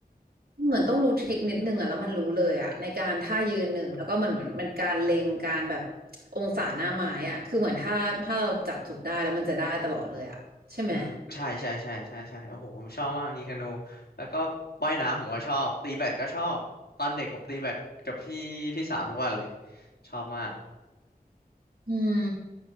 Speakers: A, on the right; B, on the left.
A: เหมือนต้องรู้ทริคนิดนึงอ่ะแล้วมันรู้เลยอ่ะในการท่ายืนหนึ่งแล้วก็เหมือนเหมือนมันการเล็งการแบบองศาหน้าไม้อ่ะคือเหมือนถ้าถ้าเราจับจุดได้แล้วมันจะได้ตลอดเลยอ่ะใช่ไหม
B: อืมใช่ใช่ใช่ใช่ใช่โอ้โหผมชอบมากยิงธนูแล้วก็ว่ายน้ำผมก็ชอบตีแบดก็ชอบตอนเด็กผมตีแบดกับพี่พี่สาวทุกวันเลยชอบมาก
A: อืม